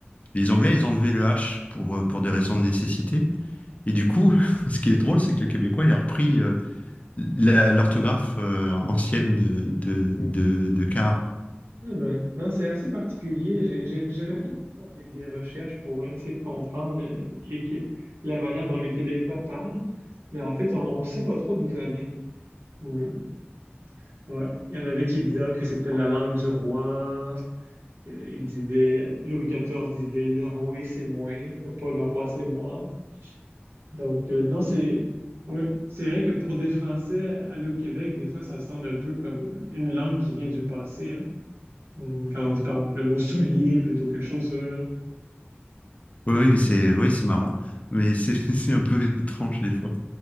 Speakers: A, on the left; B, on the right.
A: Les Anglais, ils ont enlevé le H pour, euh, pour des raisons de nécessité. Et du coup, <laughs> ce qui est drôle, c'est que le Québécois, il a repris euh, la- l'orthographe euh, ancienne de, de,
B: Ok.
A: de, de car.
B: Eh ben, non, c'est assez particulier. J'ai- j'ai- J'avais fait des des recherches pour essayer de comprendre le- les Qué- la manière dont les Québécois parlent, mais en fait, on ne sait pas trop d'où ça vient. Mhm. Ouais. Il y en avait qui disaient que c'était la langue du roi, Il disait, Louis XIV disait, le roi c'est moi, pas le roi c'est moi. Donc, euh, non, c'est, ouais, c'est vrai que pour des Français, aller au Québec, des fois, ça semble un peu comme une langue qui vient du passé, hein. Hum, Quand on dit, par exemple, le mot soulier plutôt que chaussure.
A: Oui, oui, c'est oui, c'est marrant, mais c'est <laughs> c'est un peu étrange des fois.